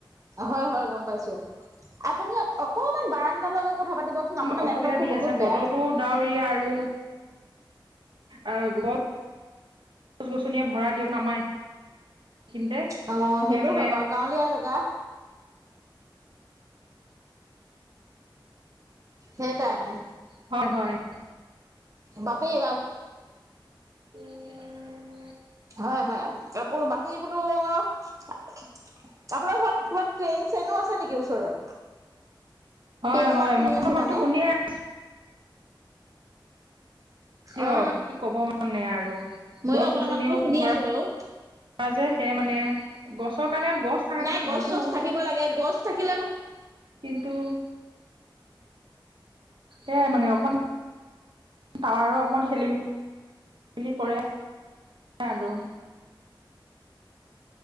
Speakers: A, on the right; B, on the right.
A: হয় হয় গম পাইছো। আপুনি অকমান বাৰাণ্ডাৰ গৈ কথা পাতিবচোন আপোনাৰ
B: অসুবিধা
A: নেটৱৰ্কটো
B: দি
A: বহুত
B: আছে,
A: বেয়া।
B: বতৰটো ডাৱৰীয়া আৰু। আহ গ গছ গছনিয়ে ভৰা দিয়ক আমাৰ কিন্তে
A: অ সেইটো
B: কে মানে
A: হয় বাৰু গাঁৱলীয়া জেগা সেইকাৰণে
B: হয় হয়
A: বাপি এইবাৰ
B: <unintelligible>
A: হয় হয় আপো বাকী বোলো আপোনাৰ ঘৰত কিবা ট্ৰেইন চেইনো আছে নেকি ওচৰত
B: হয়
A: ট্ৰেইনৰ
B: হয়
A: মাত শুনি
B: মই
A: আছো
B: মাতো
A: মানে।
B: শুনিয়ে আছো দিয়ক
A: অ।
B: কি ক'ব মানে আৰু
A: ময়ো
B: গছ
A: আপোনাৰ
B: গছনিও
A: মাতটো শুনি
B: ভৰা
A: আছো
B: এয়া
A: বাৰু।
B: যে সেই মানে গছৰ কাৰণে গছ থকা
A: নাই
B: কাৰণে
A: গছ
B: ভালো
A: চছ থাকিব লাগে গছ থাকিলে
B: কিন্তু সেইয়াই মানে অকমান টাৱাৰো অকণমান খেলি মেলি মেলি কৰে আৰু